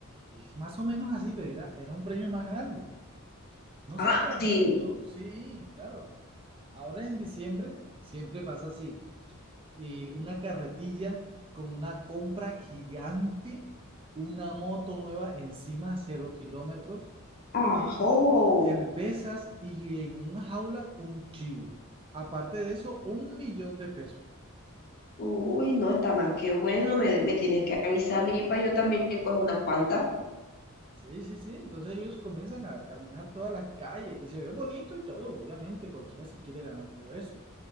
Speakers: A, on the right; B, on the left.
A: es más o menos así, pero era, era un premio más grande. No
B: Ah,
A: sé si has
B: sí.
A: visto, sí, claro, ahora en diciembre siempre pasa así. eh, una carretilla con una compra gigante, una moto nueva encima, cero kilómetros,
B: Ajo.
A: cervezas y en una jaula un chivo. Aparte de eso, un millón de pesos.
B: Uy, no, está más que bueno. Me, me tienes que avisar a mí para yo también coger unas cuantas.
A: Sí, sí, sí. Entonces ellos comienzan a caminar todas las calles y se ve bonito y todo, obviamente. Cualquiera se quiere ganar todo eso.